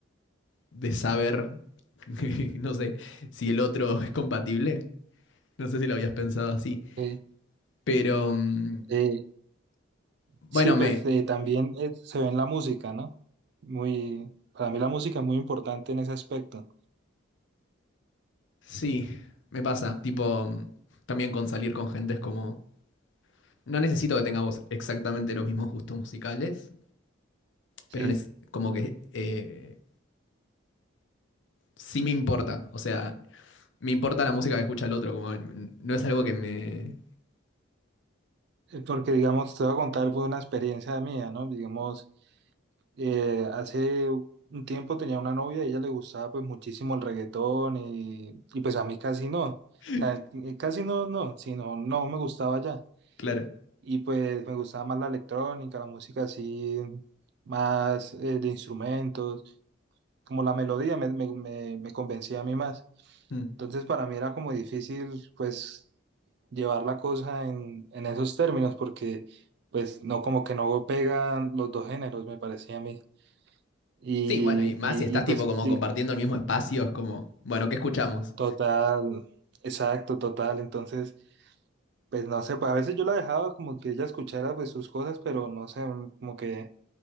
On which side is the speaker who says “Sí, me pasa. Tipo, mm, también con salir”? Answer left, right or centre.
Left